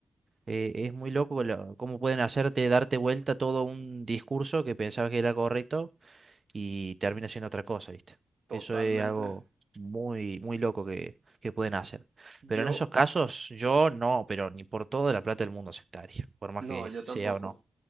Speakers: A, on the right (about 40°); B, on the right (about 70°).
A: Eh, es muy loco lo- cómo pueden hacerte darte vuelta todo un discurso que pensabas que era correcto y termina siendo otra cosa, ¿viste?
B: Totalmente.
A: Eso es algo muy, muy loco que, que pueden hacer.
B: Yo,
A: Pero en esos casos, yo no, pero ni por toda la plata del mundo aceptaría, por más
B: no,
A: que
B: yo tampoco.
A: sea o no.